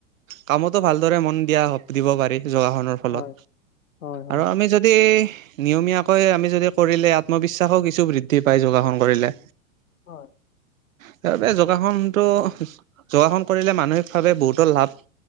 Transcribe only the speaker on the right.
কামতো ভালদৰে মন দিয়া দিব পাৰি যোগাসনত। ফলত,
আৰু আমি যদি নিয়মীয়াকৈ আমি যদি কৰিলে, আত্মবিশ্বাসো কিছু বৃদ্ধি পায় যোগাসন কৰিলে।
সেইবাবে, যোগাসনটো যোগাসন কৰিলে মানসিকভাৱে বহুতো লাভ